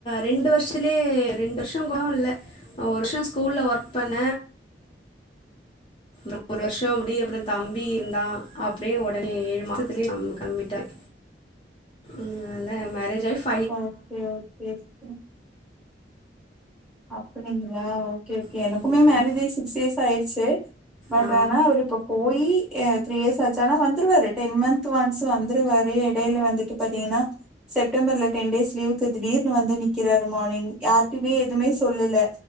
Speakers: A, on the left; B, in the centre.
A: ரெண்டு வருஷத்துலயே ரெண்டு வருஷங் கூட இல்ல அ ஒரு வருஷோ ஸ்கூல்ல ஒர்க் பண்ண அப்பறோ ஒரு வருஷம் அப்டி அப்பறம் தம்பி இருந்தான் அப்டியே உடனே ஏழு மாசத்துலயே கம் கிளம்பிட்டார் ம் நல்ல மேரேஜ் லைஃப்
B: ஓகே ஓகே ம் அப்டிங்களா ஓகே ஓகே
A: ம்
B: எனக்குமே மேரேஜ் ஆய் சிக்ஸ் இயர்ஸ் ஆயிர்ச்சு பட்
A: ஆ
B: ஆனா அவுரு இப்ப போயி அ த்ரீ இயர்ஸ் ஆச் ஆனா வந்துருவாரு டென் மன்த் ஒன்ஸ் வந் ந்துடுவாரு எடையில வந்துட்டு பாத்தீங்கன்னா செப்டம்பர்ல டென் டேஸ் லீவுக்கு திடீர்னு வந்து நிக்குறாரு மார்னி்ங் யார்ட்டுமே எதுமே சொல்லல